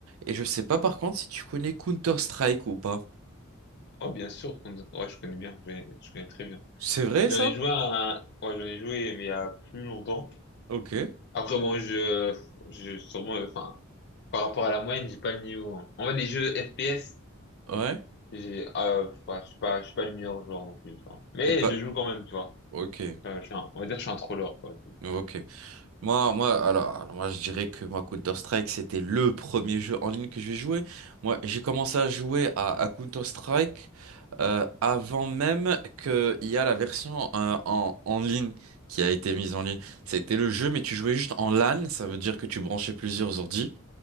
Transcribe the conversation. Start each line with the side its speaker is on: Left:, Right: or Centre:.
Right: Et je sais pas par contre si tu connais Counter-Strike ou pas.
Left: Oh, bien sûr. qu'on- Ouais, je connais bien. Je, je connais très bien.
Right: C'est vrai
Left: J'en
Right: ça?
Left: ai joué à, ouais, j'en ai joué mais il y a plus longtemps.
Right: Ok.
Left: Après, bon, je, je sûrement, euh, enfin, par rapport à la moyenne, j'ai pas le niveau. hein. En fait, les jeux FPS.
Right: Ouais.
Left: J'ai, euh, ouais, je suis pas, je suis pas le meilleur joueur non plus, tu vois. Mais
Right: Et pas.
Left: je joue quand même, tu vois.
Right: Ok.
Left: Euh, je suis un- on va dire que je suis un troller, quoi.
Right: Ok. Moi, moi, alors, alors, moi, je dirais que moi, Counter-Strike, c'était le premier jeu en ligne que j'ai joué. Moi, j'ai commencé à jouer à, à Counter-Strike euh, avant même qu'il y a la version euh, en, en ligne qui a été mise en ligne. C'était le jeu, mais tu jouais juste en LAN, ça veut dire que tu branchais plusieurs ordi.